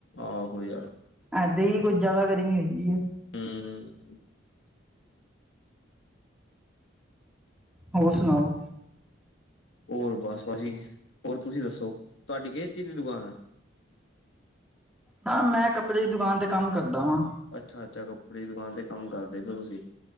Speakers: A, on the left; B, in the centre.
A: ਆਹੋ ਯਾਰ।
B: ਐਦ ਹੀ ਕੁੱਝ ਜਿਆਦਾ ਗਰਮੀ ਹੋਈਗੀਏ
A: ਹਮ।
B: ਹੋਰ ਸੁਣਾਓ।
A: ਹੋਰ ਬਸ ਬਸ ਜੀ ਹੋਰ ਤੁਸੀਂ ਦੱਸੋ ਤੁਹਾਡੀ ਕਿਹ ਚੀਜ਼ ਦੀ ਦੁਕਾਨ ਹੈ।
B: ਨਾ ਮੈਂ ਕੱਪੜੇ ਦੀ ਦੁਕਾਨ ਤੇ ਕੰਮ ਕਰਦਾ ਵਾਂ।
A: ਅੱਛਾ ਅੱਛਾ ਕੱਪੜੇ ਦੀ ਦੁਕਾਨ ਤੇ ਕੰਮ ਕਰਦੇ ਹੋ ਤੁਸੀਂ।